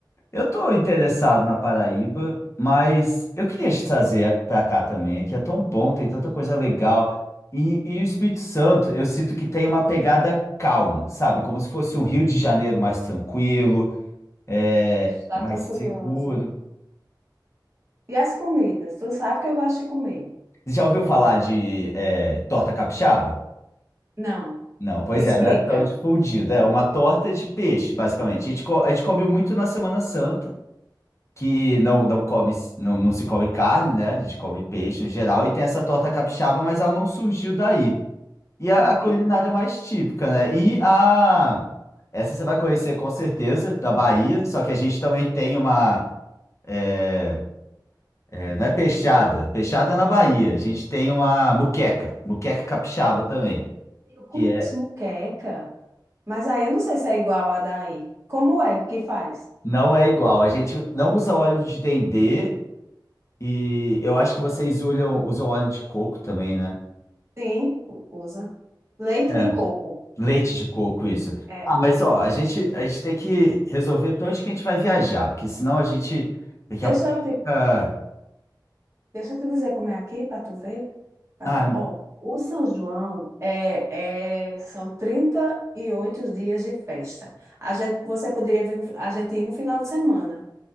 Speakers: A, on the left; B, on the right.
A: Eu tô interessado na Paraíba, mas eu queria te trazer para cá também. Aqui é tão bom, tem tanta coisa legal. E, e o Espírito Santo, eu sinto que tem uma pegada calma, sabe? Como se fosse um Rio de Janeiro mais tranquilo, é,
B: Ai, Meu Deus, já
A: mais
B: tô curiosa.
A: seguro.
B: E as comidas? Tu sabe que eu gosto de comer?
A: Você já ouviu falar de é, torta capixaba?
B: Não.
A: Não, pois
B: Me explica.
A: é, não é tão difundido. É uma torta de peixe, basicamente. A gente, co- a gente comeu muito na Semana Santa. que não, não come, não, não se come carne, né? A gente come peixe em geral, e tem essa torta capixaba, mas ela não surgiu daí. E a,
B: De
A: a culinária
B: peixe?
A: mais típica, né? E a. Essa você vai conhecer com certeza, da Bahia, só que a gente também tem uma. é, é, não é peixada, peixada é na Bahia. A gente tem uma muqueca, muqueca capixaba também,
B: Eu conheço
A: que é.
B: muqueca. mas aí eu não sei se é igual a daí. Como é que faz?
A: Não é igual. A gente não usa óleo de dendê e eu acho que vocês olham- usam óleo de coco também, né?
B: Sim, u- usa. Leite
A: É.
B: de coco.
A: Leite de coco, isso.
B: É.
A: Ah, mas ó, a gente, a gente tem que resolver para onde que a gente vai viajar, porque senão a gente daqui
B: Deixa
A: a pouco
B: eu
A: fica.
B: te Deixa eu te dizer como é aqui, para tu ver. Pra
A: Ah,
B: tu... Ó, o São João é, é, são 38 dias de festa. A gente, você poderia vir, um fi- a gente ia um final de semana.